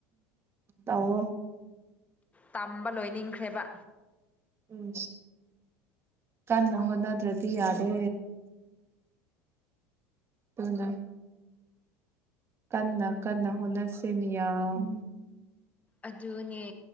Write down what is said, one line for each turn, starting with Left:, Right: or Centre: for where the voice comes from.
Right: ꯇꯑꯣ
Left: ꯇꯝꯕ ꯂꯣꯏꯅꯤꯡꯈ꯭ꯔꯦꯕ
Right: ꯎꯝ ꯀꯥꯟ ꯍꯣꯅ ꯑꯗꯨ꯭ꯔꯗꯤ ꯌꯥꯔꯦ ꯇꯅꯥꯏ ꯀꯟꯅ ꯀꯟꯅ ꯍꯨꯅ ꯁꯤꯃꯤꯌꯥꯝ
Left: ꯑꯗꯨꯅꯦ